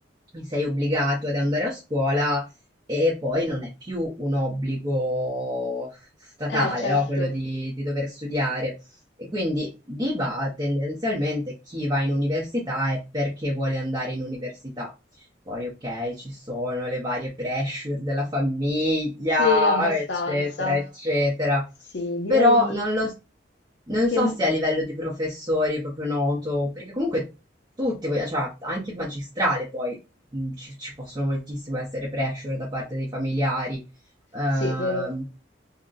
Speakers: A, on the right; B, on the left.
A: sei obbligato ad andare a scuola e poi non è più un obbligo statale,
B: Eh, certo.
A: no? Quello di di dover studiare. E quindi di ba- tendenzialmente chi va in università è perché vuole andare in università. Poi, ok, ci sono le varie pressure della famiglia,
B: Sì, abbastanza.
A: eccetera, eccetera.
B: Sì, direi
A: Però non lo, non
B: che...
A: so se a livello di professori è proprio noto, perché comunque tutti, voglio- cioè anche il magistrale poi mh, ci, ci possono moltissimo essere pressure da parte dei familiari. Ehm,
B: Sì, vero.